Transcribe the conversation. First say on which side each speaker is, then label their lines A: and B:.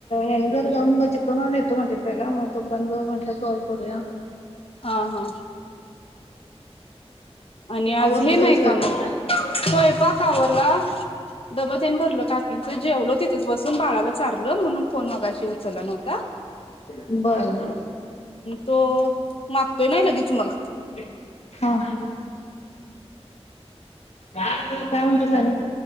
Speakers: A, on the left; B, on the left.
A: हेनी जरा जाऊन बघुन चेक करून येतो म्हटलं पहिला मग तोपर्यंत म्हटलं कॉल करूया. <inaudible>
B: हा हा. आणि आज
A: आवरलं
B: हे
A: सगळं
B: नाही
A: स्वयंपाक
B: का मग
A: पण
B: स्वयंपाक आवरला डबा तेन भरल काकींच जेवलो तिथंच बसून बाळाला चारलं म्हणून फोन मगाशी उचलला नव्हता.
A: बर.
B: तो मागतोय नाही लगेच मग
A: <unintelligible> हा. काय म्हणतीस आणि?